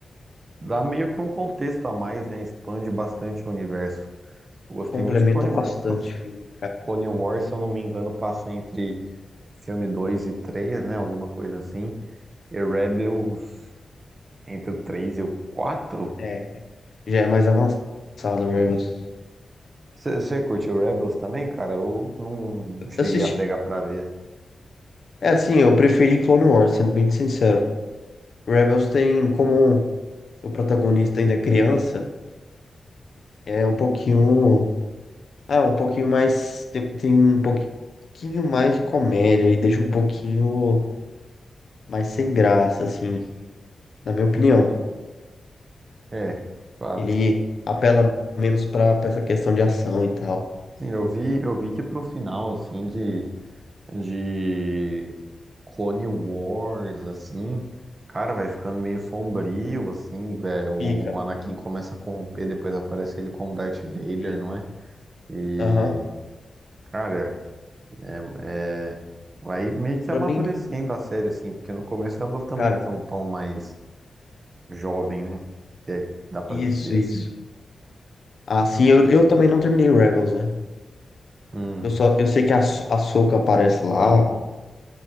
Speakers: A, on the right (about 40°); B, on the left (about 60°).
A: dá meio que um contexto a mais, né? Expande bastante o universo. Eu gostei
B: Complementa
A: muito de Clone
B: bastante
A: Wars. porque
B: o filme.
A: Clone Wars, se eu não me engano, passa entre filme 2 e três né? Alguma coisa assim. E Rebels entre o 3 e o quatro
B: É. Já é mais avançado, Rebels.
A: Você curtiu Rebels também, cara? Eu não, não cheguei
B: Assiste.
A: a pegar pra ver.
B: É assim, eu preferi Clone Wars, sendo bem sincero. Rebels tem como o protagonista ainda é criança, é um pouquinho. Ah, um pouquinho mais. Tem, tem um pouquinho mais de comédia e deixa um pouquinho mais sem graça, assim, na minha
A: Hum,
B: opinião.
A: é, de fato.
B: Ele apela menos pra, pra essa questão de ação e tal.
A: Sim, eu vi, eu vi que pro final, assim, de, de Clone Wars, assim, cara, vai ficando meio sombrio, assim, é, o,
B: Fica.
A: o Anakin começa a corromper, depois aparece ele como Darth Vader,
B: Sim.
A: não é? E,
B: Aham.
A: cara, é, vai meio que
B: Pra
A: amadurecendo
B: mim,
A: a série, assim, porque no começo ela também
B: cara,
A: tem um tom mais jovem, né? Se é que dá pra
B: isso,
A: dizer
B: isso.
A: assim.
B: Ah, sim, eu, eu também não terminei Rebels, né?
A: Hum.
B: Eu só, eu sei que a So- a Soca aparece lá